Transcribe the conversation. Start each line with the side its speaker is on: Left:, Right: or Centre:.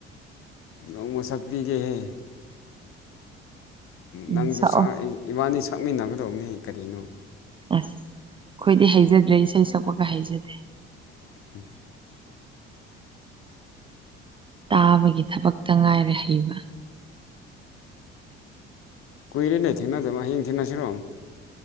Left: ꯅꯣꯡꯃ ꯁꯛꯄꯤꯒꯦꯍꯦ
Right: ꯎꯝ
Left: ꯅꯪꯗꯨ
Right: ꯁꯛꯑꯣ
Left: ꯁꯛ ꯏꯕꯥꯅꯤ ꯁꯛꯃꯤꯟꯅꯒꯗꯧꯕꯅꯦ ꯀꯔꯤꯅꯣ
Right: ꯑꯁ ꯑꯩꯈꯣꯏꯗꯤ ꯍꯩꯖꯗ꯭ꯔꯦ ꯏꯁꯩ ꯁꯛꯄꯒ ꯍꯩꯖꯗꯦ
Left: <unintelligible>
Right: ꯇꯥꯕꯒꯤ ꯊꯕꯛꯇ ꯉꯥꯏꯔꯦ ꯍꯩꯕ
Left: ꯀꯨꯏꯔꯦꯅꯦ ꯊꯦꯡꯅꯗꯕ ꯍꯌꯦꯡ ꯊꯦꯡꯅꯁꯤꯔꯣ